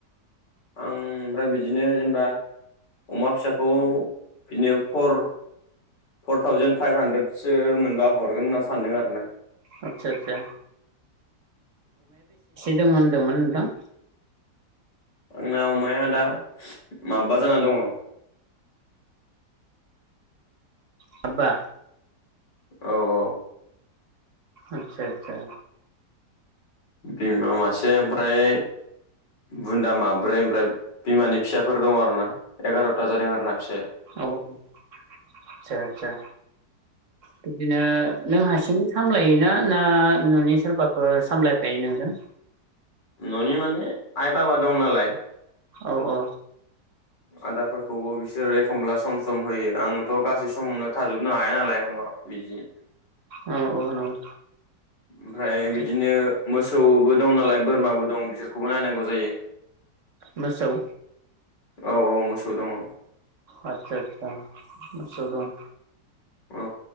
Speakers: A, on the left; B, on the right.
A: आं ओमफ्राय बिदिनो जेनेबा अमा फिसाखौ बिदिनो four. Four thousand five hundred. सो मोनबा हरगोन होनना सानदों आरोना।
B: आदसा आदसा होनदोंमोन होनदोंमोन नोंथां।
A: आंना अमाया दा माबबा जाना दङ।
B: माबा।
A: औ- औ।
B: आतसा आतसा।
A: बिमा मासे ओमफ्राय बुन्दा माब्रै ओमफ्राय बिमानि फिसाफोर दङ आरो ना एगार'था जादों आरोना। फिसाया
B: औ औ आदसा आतसा बिदिनो नों हासि। थाम खम लायोना ना न'नि सोरबाफोर सामलायफायो नोंजों?
A: न'नि माने आइ बाबा दं नालाय
B: औ औ।
A: आदारफोरखौबो बिसोर एखमब्ला सम सम होयो आंथ' गासै समावनो थाजोबनो हाया नालाय अमाखौ बिदि
B: उम अ नंगौ
A: ओमफ्राय
B: आदसा
A: बिदिनो मोसौबो दं नालाय बोरमाबो दं बिसोरखौबो नायनांगौ जायो।
B: मोसौ
A: औ औ मोसौ दङ'।
B: आतसा आतसा मोसौ दं।
A: औ